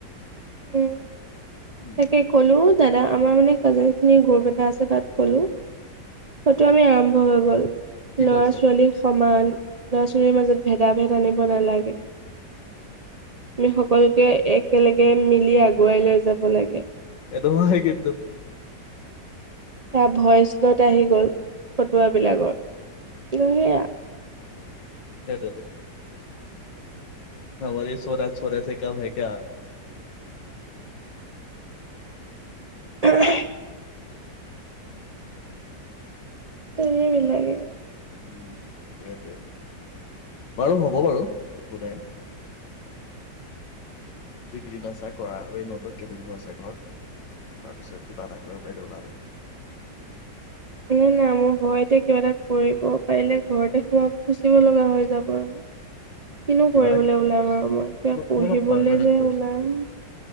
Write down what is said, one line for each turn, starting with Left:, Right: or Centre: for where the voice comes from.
Right: উম।
Left: উম
Right: তাকে ক'লো দাদা আমাৰ মানে কলেজীয়া গ্ৰুপ এটা আছে তাত মানে সেই টো আমি আম্ভ হৈ গ'ল
Left: কি
Right: লৰা
Left: কৈছা
Right: ছোৱালীৰ
Left: হয়
Right: সমান ল'ৰা ছোৱালীৰ মাজত ভেদা ভেদ আনিব নালাগে আমি সকলোকে একেলগে মিলি আগুৱাই লৈ যাম যাব লাগে
Left: এটো মাহে কিন্তু
Right: সেয়া ভইচট আহি গল ফটুৱ বিলাকৰ মানে
Left: সেইটোৱেটো হমাৰে ছৌৰাজ ছৰাছে কম হে কিয়া <unintelligible>
Right: উ <unintelligible> ত এই বিলাকে
Left: উম সেইটোৱে বাৰু হ'ব বাৰু একো নাই যিকেইদিন আছা কৰা আৰু এই মাতোত কেইদিনো আছা ঘৰত তাৰপিছত কিবা এটা কৰিব পাৰিলে ওলাব
Right: নাই নাই মোৰ ঘৰতে কিবা এটা কৰিব পাৰিলে ঘৰতে সোমাই ফুচিব লগা হৈ যাব কিনো
Left: কিবা
Right: কৰিবলৈ
Left: এটা
Right: ওলাম আৰু মই কিবা
Left: ন
Right: পঢ়িবলৈ
Left: ন পাৰমানেণ্ট
Right: যে
Left: কৈছো
Right: ওলাম